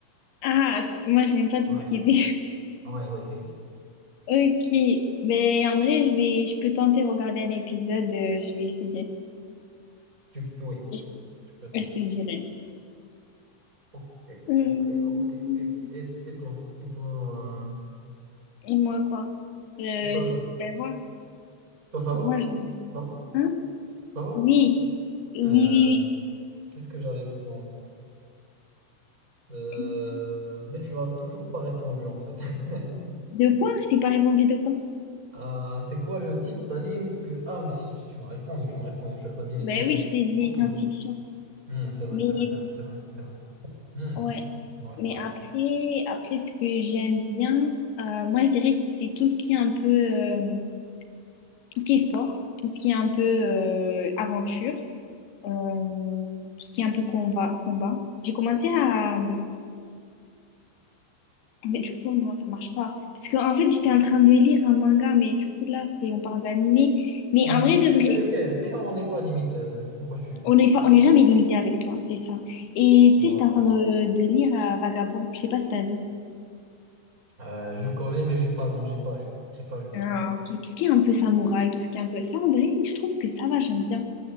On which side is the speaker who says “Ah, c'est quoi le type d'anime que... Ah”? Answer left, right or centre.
Right